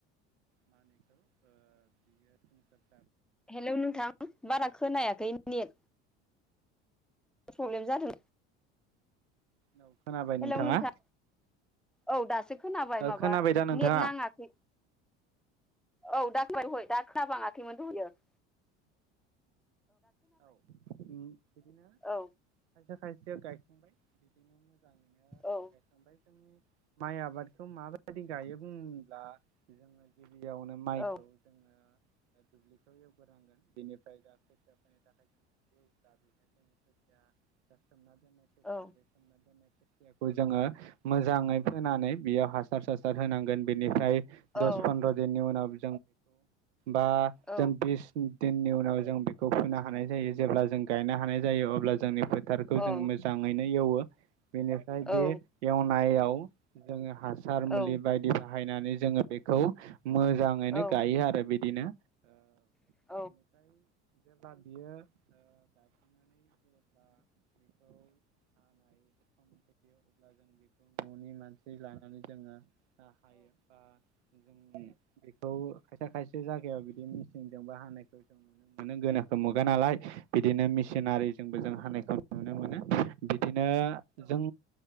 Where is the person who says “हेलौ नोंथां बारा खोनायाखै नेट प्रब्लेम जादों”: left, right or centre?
Centre